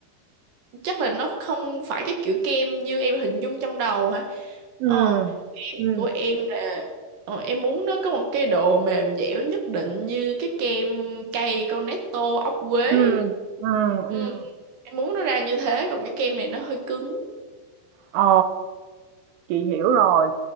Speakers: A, on the right (about 60°); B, on the right (about 85°).
A: chắc là nó không phải cái kiểu kem như em hình dung trong đầu hả
B: ừ
A: ờ em
B: ừ
A: của em là ờ, em muốn nó có một cái độ mềm dẻo nhất định như cái kem cây Cornetto ốc quế
B: ừ ừ
A: ừ,
B: ừm.
A: em muốn nó ra như thế còn cái kem này nó hơi cứng
B: Ờ, chị hiểu rồi.